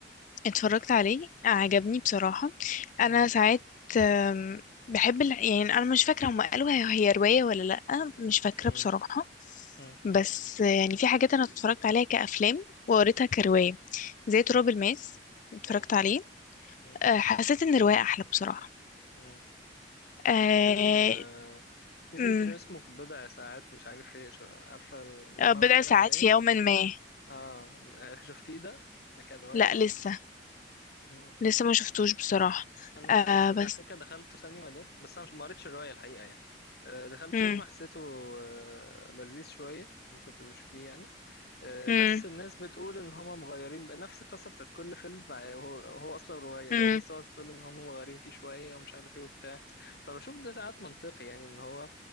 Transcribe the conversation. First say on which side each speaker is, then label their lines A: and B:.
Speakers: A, on the left; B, on the left.
A: اتفرجت عليه عجبني بصراحة أنا
B: مم.
A: ساعات آم، بحب الع- يعني أنا مش فاكرة هما قالوا هي هي رواية ولا لأ مش فاكرة
B: مم.
A: بصراحة
B: مم.
A: بس آه، يعني في حاجات أنا اتفرجت عليها كأفلام وقريتها كرواية زي تراب
B: مم.
A: الماس اتفرجت
B: حلو
A: عليه
B: مم.
A: آه، حسيت إن الرواية أحلى بصراحة
B: مم.
A: آه،
B: في فيلم آه، في فيلم
A: أمم،
B: تقريبا اسمه في بضع ساعات مش عارف ايه شو- عارفة الجماعة
A: آه، بضع
B: بتكلم
A: ساعات
B: عن ايه
A: في يوم ما
B: اه آه، شفتيه ده ده كان رواية
A: لأ
B: برضه
A: لسه
B: مم.
A: لسه ما شفتوش بصراحة
B: انا
A: آه،
B: انا شو... على
A: بس
B: فكرة دخلت سينما ده بس انا مش ما قريتش الرواية الحقيقة يعني آه، دخلت
A: امم
B: سينما حسيته آه، لذيذ شوية ممكن تبقى فيه يعني آه، بس
A: امم
B: الناس بتقول ان هما مغيرين بقى نفس القصه بتاعت كل فيلم مع- هو هو اصلا روايه
A: امم
B: هو الناس تقعد تقول ان هما مغيرين فيه شويه ومش عارف ايه وبتاع فبشوف ده ساعات منطقي يعني ان هو